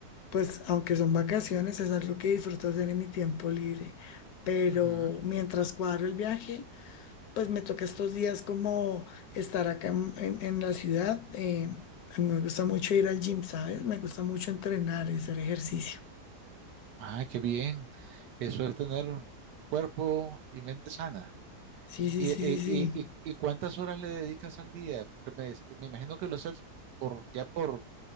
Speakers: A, on the left (about 70°); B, on the right (about 85°).
A: pues aunque son vacaciones, es algo que disfruto hacer en mi tiempo libre. Pero
B: Ujú.
A: mientras cuadro el viaje... Pues me toca estos días como estar acá en, en- en la ciudad. eh, a mí me gusta mucho ir al gym, ¿sabes? Me gusta mucho entrenar y hacer ejercicio.
B: Ah, qué bien. Eso es tener cuerpo y mente sana.
A: Sí, sí,
B: ¿Y,
A: sí,
B: y,
A: sí, sí.
B: y, y- y cuántas horas le dedicas al día? Porque Me, me imagino que lo haces por, ya por,